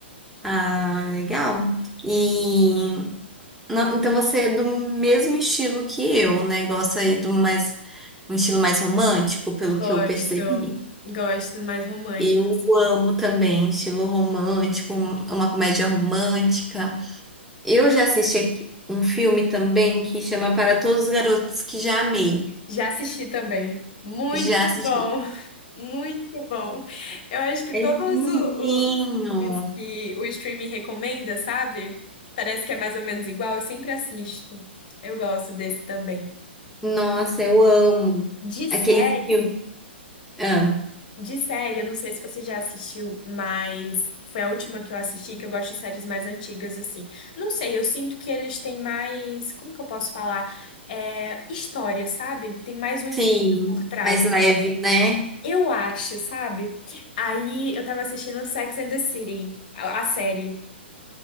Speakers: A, in the centre; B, on the left (about 45°).
A: Ah, legal. E no- então você é do mesmo estilo que eu, né? Gosta aí do mais um estilo mais romântico, pelo
B: Gosto,
A: que eu percebi.
B: gosto mais romântico.
A: Eu amo também estilo romântico, um- uma comédia romântica. Eu já assisti aqui um filme também que chama Para Todos os Garotos que Já Amei.
B: Já assisti também. Muito
A: Já assisti.
B: bom. <laughs> Muito bom. Eu acho que
A: É
B: todos
A: lindinho.
B: o- os, filmes que o streaming recomenda, sabe? Parece que é mais ou menos igual, eu sempre assisto. Eu gosto desse também.
A: Nossa, eu amo.
B: De série,
A: aqueles filmes. Ah,
B: de série, eu não sei se você já assistiu, mas foi a última que eu assisti, que eu gosto de séries mais antigas, assim. Não sei, eu sinto que eles têm mais, como que eu posso falar? É, história, sabe? Tem mais um enredo
A: sim,
B: por trás.
A: mais leve, né?
B: Eu acho, sabe? Aí eu tava assistindo Sex and the City, a, a série.